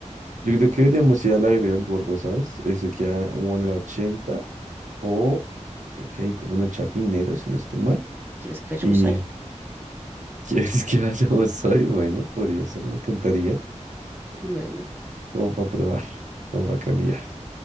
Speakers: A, on the right (about 85°); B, on the right (about 15°).
A: Yo creo que deberíamos ir a la Guerrilla del Gordo, ¿sabes? Ese queda como en la 80 o creo que hay como en el Chapinero, si no estoy mal.
B: ¿Quieres que vayamos
A: Y
B: hoy?
A: <laughs> eh, quieres que vayamos hoy, bueno, podría ser, me encantaría,
B: Bueno,
A: como para probar, como para cambiar.